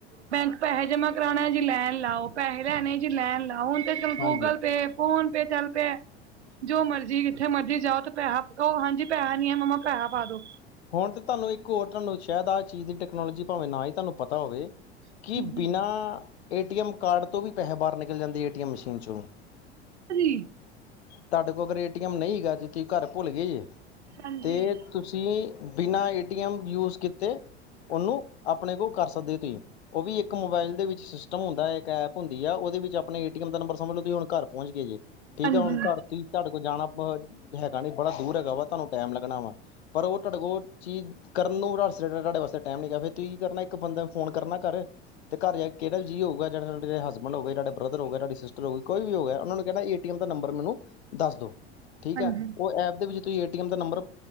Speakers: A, on the right; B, on the left.
A: ਬੈਂਕ। ਪੈਸੇ। ਜਮਾ। ਕਰਾਉਣਾ। ਜੀ। ਲੈਣ। ਲਾਓ। ਪੈਸੇ। ਲੈਣੇ। ਜੀ। ਲੈਣ। ਲਾਓ। ਹੁਣ। ਤੇ। ਚਲ।
B: ਹਾਂਜੀ
A: ਗੂਗਲ। ਪੇ। ਫੋਨ। ਪੇ। ਚੱਲ। ਪੇ। ਜੋ। ਮਰਜੀੀ। ਕਿੱਥੇ। ਮਰਜ਼ੀ। ਜਾਓ। ਤੇ। ਪੈਸਾ। ਕਹੋ। ਹਾਂਜੀ। ਪੈਸਾ। ਨੀ। ਹੈ। ਮੰਮਾ। ਪੈਸਾ। ਪਾ। ਦੋ।
B: ਹੁਣ। ਤਾਂ। ਤੁਹਾਨੂੰ। ਇੱਕ। ਹੋਰ। ਤੁਹਾਨੂੰ। ਸ਼ਾਇਦ। ਆਹ। ਚੀਜ਼। ਦੀ। ਟੈਕਨੋਲੋਜੀ। ਭਾਵੇਂ। ਨਾ। ਹੀ। ਤੁਹਾਨੂੰ। ਪਤਾ। ਹੋਵੇ।
A: ਹਾਂਜੀ
B: ਕੀ। ਬਿਨਾਂ।
A: ਜੀ
B: ਏਟੀਐਮ। ਕਾਰਡ। ਤੋਂ। ਵੀ। ਪੈਸੇ। ਬਾਹਰ। ਨਿਕਲ। ਜਾਂਦੇ। ਏਟੀਐਮ। ਮਸ਼ੀਨ। ਚੋਂ।
A: ਾਂਜੀ।
B: ਤੁਹਾਡੇ। ਕੋਲ। ਕੋ। ਏਟੀਐਮ। ਨਹੀਂਗਾ। ਅਜੇ। ਤੁਸੀਂ। ਘਰ। ਭੁੱਲ। ਗਏ। ਜੇ।
A: ਹਾਂਜੀ
B: ਤੇ। ਤੁਸੀਂ। ਬਿਨਾਂ। ਏਟੀਐਮ। ਯੂਜ। ਕੀਤੇ। ਉਹਨੂੰ। ਆਪਣੇ। ਕੋਲ। ਕਰ। ਸਕਦੇ। ਹੋ। ਤੁਸੀਂ। ਉਹ। ਵੀ। ਇੱਕ। ਮੋਬਾਇਲ। ਦੇ। ਵਿੱਚ। ਸਿਸਟਮ। ਹੁੰਦਾ। ਹੈ। ਇੱਕ। ਐਪ। ਹੁੰਦੀ। ਆ। ਉਹਦੇ। ਵਿੱਚ। ਆਪਣੇ। ਏ। ਟੀਐਮ। ਦਾ। ਨੰਬਰ। ਸਮਭ। ਲੋ। ਤੁਸੀਂ। ਹੁਣ। ਘਰ। ਪਹੁੰਚ। ਗਏ। ਜੇ। ਠੀਕ
A: ਹਾਂਜੀ।
B: ਆ ਹੁਣ ਘਰ ਤੁਸੀਂ ਤੁਹਾਡੇ ਕੋਲ ਜਾਣਾ ਹੈਗਾ ਨੀ ਬੜਾ ਦੂਰ ਹੈਗਾ ਵਾ ਤੁਹਾਨੂੰ ਟਾਈਮ ਲੱਗਣਾ ਵਾ ਪਰ ਉਹ ਤੁਹਾਡੇ ਕੋਲ ਚੀਜ਼ ਕਰਨ ਨੂੰ ਤੁਹਾਡੇ ਵਾਸਤੇ ਟਾਈਮ ਨੀ ਫੇਰ ਤੁਸੀਂ ਕੀ ਕਰਨਾ ਇੱਕ ਬੰਦਾ ਫੋਨ ਕਰਨਾ ਕਾਰ। ਤੇ ਘਰ ਜਾ ਕੇ ਕਿਹੜ ਵੀ ਜੀ ਹੋਉਗਾ ਜੜਾ ਹਸਬੈਂਡ ਹੋਗਏ ਤੁਹਾਡ ਬ੍ਰਦਰ ਹੋਗਾ ਤੁਹਾਡੀ ਸਿਸਟਰ ਕੋਈ ਵੀ ਹੋ ਗਿਆ। ਉਹ ਨੂੰ ਕਹਿੰ ਏਟੀਮ ਦਾ ਨੰਬਰ ਮੈਨੂੰ ਦੱਸ ਦੋ ਠੀਕ
A: ਹਾਂਜੀ,
B: ਹੈ, ਉਹ ਐਪ ਦੇ ਵਿੱਚ ਤੁਸੀਂ ਏਟੀਐਮ ਦਾ ਨੰਬਰ